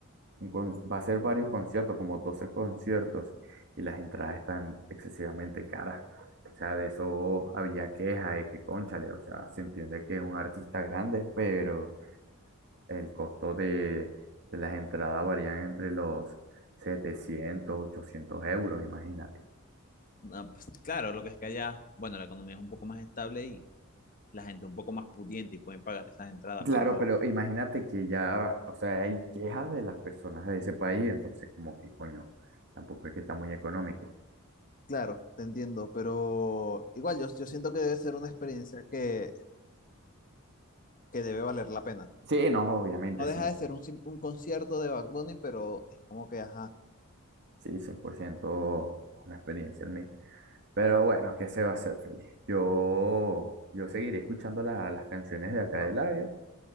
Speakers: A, on the right (about 55°); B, on the left (about 40°).
A: un con- va a ser varios conciertos, como 12 conciertos, y las entradas están excesivamente caras. O sea, de eso había queja de que, cónchale, o sea, se entiende que es un artista grande, pero El costo de, de las entradas varían entre los setecientos ochocientos euros, imagínate.
B: No, pues, claro, lo que es que allá, bueno, la economía es un poco más estable y la gente un poco más pudiente y pueden pagar esas entradas,
A: Claro,
B: pero
A: pero imagínate que ya, o sea, hay quejas de las personas de ese país, entonces como que coño, tampoco es que está muy económico.
B: Claro, te entiendo, pero igual yo, yo siento que debe ser una experiencia que, que debe valer la pena.
A: Sí, no, obviamente,
B: No
A: sí,
B: deja de ser un, sim- un concierto de Bad Bunny, pero es como que, ajá,
A: sí, 100% una experiencia en mí. Pero bueno, que se va a hacer feliz? Yo, yo seguiré escuchando la- las canciones de acá de Labio